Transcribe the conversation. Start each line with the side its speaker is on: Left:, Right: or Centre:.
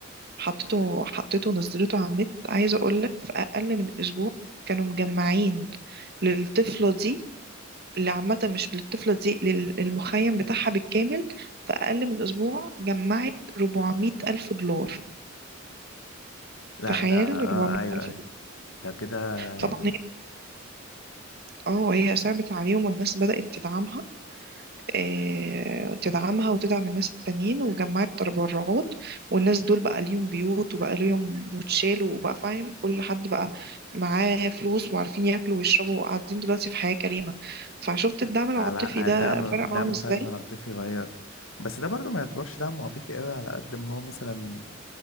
Right: حطيته حطيته ونزلته على النت عايزة أقولك في أقل من أسبوع كانوا مجمعين للطفلة دي اللي عامة مش للطفلة دي للمخيم بتاعها بالكامل في أقل من أسبوع جمعت 400 ألف دولار
Left: لا
Right: تخيل
Left: ده
Right: 400
Left: اه أيوه
Right: ألف
Left: أيوه
Right: دولار
Left: ده كده
Right: طبعا
Left: يعني
Right: هي اه هي صعبت عليهم والناس بدأت تدعمها آه، تدعمها وتدعم الناس التانيين وجمعت تبرعات والناس دول بقى ليهم بيوت وبقى ليهم وتشالوا وبقى فاهم كل حد بقى معاه فلوس وعارفين ياكلوا ويشربوا وقاعدين دلوقتي في حياة كريمة فشفت الدعم العاطفي
Left: على
Right: ده
Left: الدعم
Right: فرق
Left: الدعم
Right: معاهم ازاي
Left: فعلا العاطفي غير بس ده برضو ما يعتبرش دعم عاطفي قوي على قد ما هو مثلا